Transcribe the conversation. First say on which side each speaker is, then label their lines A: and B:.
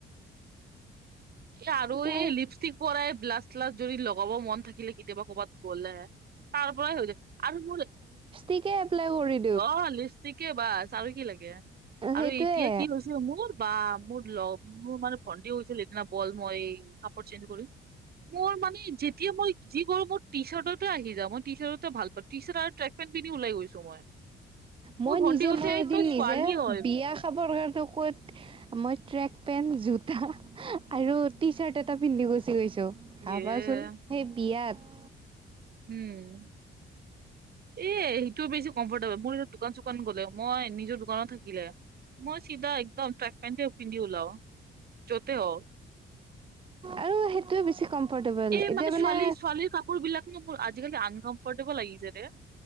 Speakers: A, on the right; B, on the right.
A: এ আৰু
B: এতিয়া
A: এই লিপষ্টিক পৰাই ব্লাছ চিলাছ যদি লগাব মন থাকিলে কেতিয়াবা কৰ'বাত গ'লে, তাৰ পৰাই হয় আৰু মোৰ
B: থিকেই এপ্লাই কৰিম।
A: অ', লিপষ্টিকে বাছ, আৰু কি লাগে আৰু,
B: সেইটোৱে
A: এতিয়া কি হৈছে মোৰ বা মোৰ লগ মোৰ মানে ভণ্টিও হৈছিল, সেইদিনা বল মই কাপোৰ চেঞ্জ কৰিম। মোৰ মানে যেতিয়া মই যি কৰো, মোৰ টি চাৰ্টতে আহি যাওঁ, মই টি চাৰ্টতে ভাল পাওঁ। টি চাৰ্ট আৰু ট্ৰেক পেন পিন্ধি উলাই গৈছো মই।
B: মই
A: মোৰ ভন্টি
B: নিজে
A: কৈছে
B: মই এদিন
A: তই ছোৱালী
B: নিজে
A: হয়
B: বিয়া খাবৰ কাৰণে ক'ত মই ট্ৰেক পেন্ট, জোতা আৰু টি চাৰ্ট এটা পিন্ধি গুচি গৈছো।
A: ইয়ে
B: ভাবাচোন সেই বিয়াত
A: উম। এ সেইটো বেছি কমফৰ্টেবল। মোৰ দোকান চোকান গ'লে মই নিজৰ দোকানত থাকিলে মই চিধা একদম ট্ৰেক পেণ্টে পিন্ধি উলাও য'তে হওক।
B: আৰু সেইটোৱে বেছি কমফৰ্টেবল।
A: এই
B: এতিয়া মানে
A: ছোৱালী <unintelligible> মোৰ আজিকালি আনকমফৰ্টেবল লাগিছে ৰে।